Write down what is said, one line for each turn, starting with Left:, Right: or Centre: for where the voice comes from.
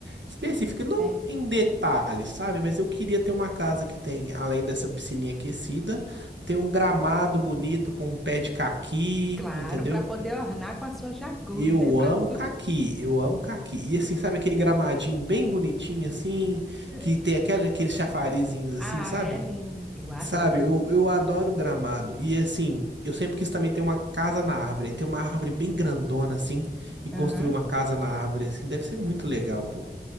Right: específica, não
Centre: é.
Right: em detalhes, sabe? Mas eu queria ter uma casa que tem, além dessa piscininha aquecida, ter um gramado bonito com um pé de caqui,
Centre: Claro,
Right: entendeu?
Centre: para poder ornar com a sua jacuzzi,
Right: Eu
Centre: né? Para
Right: amo caqui,
Centre: tudo.
Right: eu amo caqui. E assim, sabe aquele gramadinho bem bonitinho assim,
Centre: É.
Right: que tem aquela, aqueles chafarizinhos assim,
Centre: Ai,
Right: sabe?
Centre: é lindo. Eu adoro.
Right: Sabe, eu, eu adoro gramado. E assim, eu sempre quis também ter uma casa na árvore. Aí tem uma árvore bem grandona, assim, e construir
Centre: Aham.
Right: uma casa na árvore, assim, deve ser muito legal, pô.